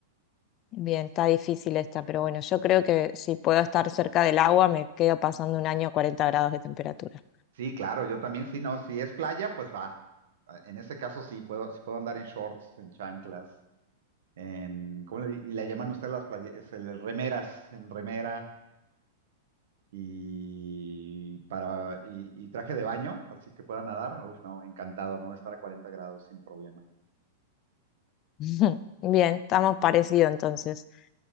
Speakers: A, on the left; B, on the right.
A: Bien, está difícil esta, pero bueno, yo creo que si puedo estar cerca del agua, me quedo pasando un año a 40 grados de temperatura.
B: Sí, claro, yo también sí, no, si es playa, pues va. Ah, En ese caso sí, puedo, sí puedo andar en shorts, en chanclas, en, ¿cómo le, di- y le llaman ustedes las playas? Remeras, en remera y para, y, y traje de baño, así que pueda nadar. Uf, no, encantado, ¿no? Estar a 40 grados sin problema.
A: <laughs> Bien, estamos parecidos entonces.